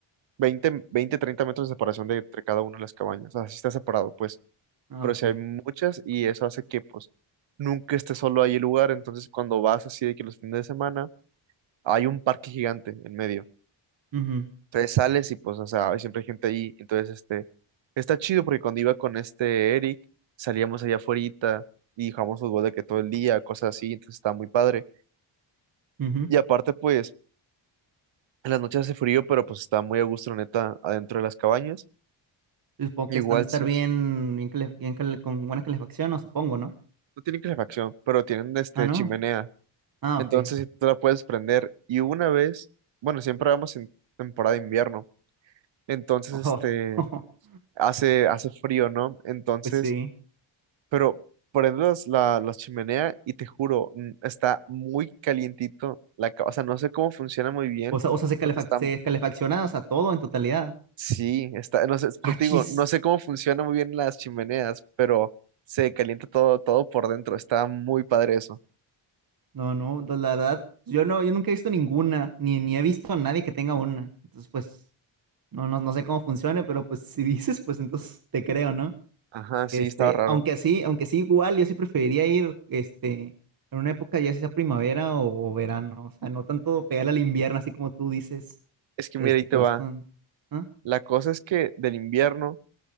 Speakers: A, on the right; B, on the right.
A: veinte veinte 30 metros de separación de entre cada una de las cabañas. O sea, sí está separado, pues.
B: Ah,
A: Pero
B: ok.
A: si hay muchas y eso hace que, pues, nunca esté solo ahí el lugar. Entonces, cuando vas así de que los fines de semana, hay un parque gigante en medio.
B: Ujú,
A: Entonces sales y, pues, o sea, hay siempre gente ahí. Entonces, este, está chido porque cuando iba con este Eric, salíamos allá afuera y jugamos fútbol de que todo el día, cosas así. Entonces, está muy padre.
B: ujú.
A: Y aparte, pues En las noches hace frío, pero pues está muy a gusto, la neta, adentro de las cabañas.
B: Supongo
A: Igual,
B: que están de estar
A: si
B: bien,
A: es-
B: bien, cale- bien cale- con buena calefacción, no supongo, ¿no?
A: no tienen calefacción, pero tienen este
B: Ah, no.
A: chimenea.
B: Ah,
A: Entonces,
B: ok.
A: sí, tú la puedes prender. Y una vez, bueno, siempre vamos en temporada de invierno. Entonces,
B: Ojo,
A: este,
B: <laughs>
A: hace, hace frío, ¿no? Entonces,
B: pues sí.
A: pero prendes la, la chimenea y te juro, mm, está muy calientito la ca- O sea, no sé cómo funciona muy bien,
B: O sea, o sea, se calefac-
A: pero está
B: se calefacciona, o sea, todo en totalidad.
A: Sí, está, no sé, es por-
B: Ah,
A: te
B: chis.
A: digo, no sé cómo funcionan muy bien las chimeneas, pero se calienta todo, todo por dentro. Está muy padre eso.
B: No, no, no, la verdad, yo no, yo nunca he visto ninguna, ni, ni he visto a nadie que tenga una. Entonces, pues. No, no, no sé cómo funcione, pero pues si dices, pues entonces te creo, ¿no?
A: Ajá, sí,
B: Este,
A: estaba raro.
B: aunque así, aunque sí igual, yo sí preferiría ir, este, en una época ya sea primavera o, o verano, o sea, no tanto pegarle al invierno, así como tú dices,
A: Es que
B: este,
A: mira, ahí te
B: que
A: va.
B: vas con, ¿ah?
A: La cosa es que del invierno